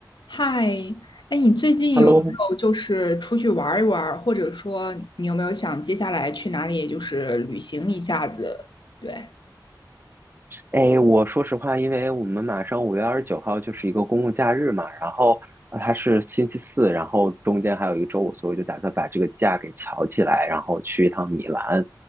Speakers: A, on the left (about 80°); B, on the right (about 30°).
A: 嗨，哎，你最近有没嗯有就是出去玩儿一玩儿，
B: Hello，
A: 或者说你有没有想接下来去哪里就是旅行一下子？对，
B: 哎，我说实话，因为我们马上五月二十九号就是一个公共假日嘛，然后呃它是星期四，然后中间还有一个周五，所以我就打算把这个假给翘起来，然后去一趟米兰。